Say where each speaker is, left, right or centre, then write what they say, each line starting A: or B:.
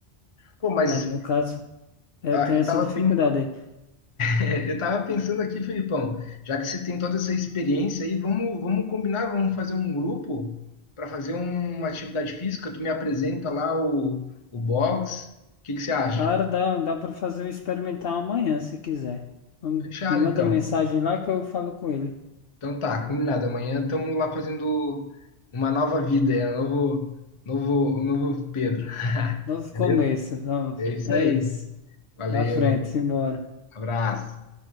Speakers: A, on the left; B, on the left.
A: Pô, mas
B: É, no meu caso, eu
A: ah,
B: tenho
A: eu
B: essa
A: estava
B: dificuldade aí.
A: É, Eu tava pensando aqui, Felipão, já que você tem toda essa experiência aí, vamos, vamos combinar, vamos fazer um grupo para fazer uma atividade física. Tu me apresenta lá o, o box. O que que você acha?
B: cara dá, dá para fazer um experimental amanhã, se quiser. Vamos-
A: Fechado,
B: Me manda
A: então.
B: uma mensagem lá que eu falo com ele.
A: Então tá, combinado. Amanhã estamos lá fazendo uma nova vida, é um novo, novo, um novo Pedro,
B: Novo
A: beleza?
B: começo, vamos.
A: É isso
B: É
A: aí.
B: isso.
A: Valeu,
B: Pra frente, simbora.
A: abraço.